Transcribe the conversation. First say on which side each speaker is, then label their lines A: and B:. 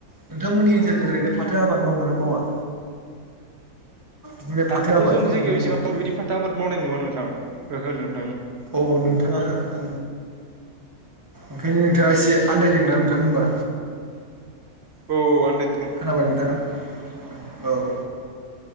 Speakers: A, on the right (about 15°); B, on the right (about 50°).
A: नोंथांमोननि ओनसोलजों ओरैनो फाथो आबाद मावगोन ना मावा? बिदिनो फाथो
B: दाथ'
A: आबादखौ
B: जोंनि
A: मावगोना
B: जायगायाव एसेबां
A: मावा नोंथां?
B: बिदि फाथो आबाद मावनाय नुया नोंथां ओहो नों।
A: औ नोंथाङाओ। ओंखायनो नोंथाङा एसे आनदायदोंना नोंथां होमबा?
B: औ औ आनदाय।
A: खोनाबाय नोंथां औ औ।